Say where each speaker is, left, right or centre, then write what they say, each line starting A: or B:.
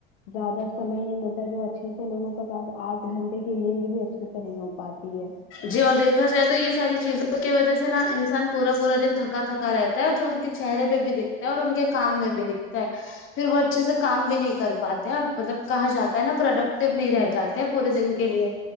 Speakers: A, on the left; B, on the left.
A: زیادہ سمے نہیں ملتا جو اچھے سے لوگوں کے پاس آٹھ گھنٹے کی نیند بھی اچھے سے نہیں ہو پاتی ہے
B: جی اور دیکھا جائے تو یہ ساری چیزوں کی وجہ سے نا انسان پورا پورا دن تھکا تھکا رہت اور جو ان کے چہرے پہ بھی دکھتا ہے اور ان کے کام میں بھی دکھتا ہے پھر وہ اچھے سے کام بھی نہیں کر پاتے اور مطلب کہا جاتا ہے نا پروڈکٹو نہیں رہ جاتے ہیں پورے دن کے لیے